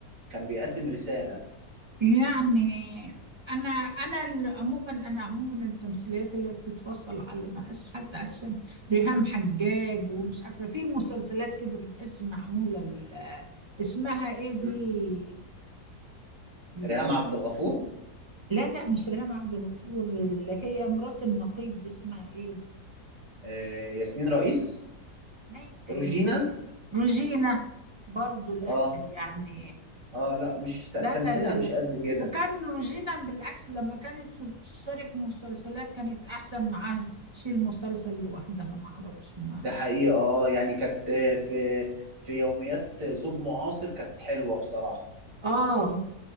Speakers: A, on the right; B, on the right.
A: كان بيقدم رسالة
B: يعني انا انا ال- عموما انا عموما التمثيليات اللي بتتفصل على مقاس حتى عشان ريهام حجاج ومش
A: مم.
B: عارفة في مسلسلات كده بتحس معمولة ال- اسمها ايه دي
A: مم.
B: ال-
A: ريهام عبد الغفور
B: لا لا مش ريهام عبد الغفور اللي هي مرات النقيب دي اسمها ايه
A: آه ياسمين رئيس
B: لا ال-
A: روجينا
B: روجينا برضو لا
A: اه
B: يعني
A: اه لا مش ت- تمثيلها
B: لا لا لا
A: مش
B: لا
A: قد كده
B: وكان روجينا بالعكس لما كانت بتشترك مسلسلات كانت احسن معاها تشيل مسلسل لوحدها ما اعرفش ما
A: ده حقيقة اه يعني كانت في في يوميات زوج معاصر كانت حلوة بصراحة
B: اه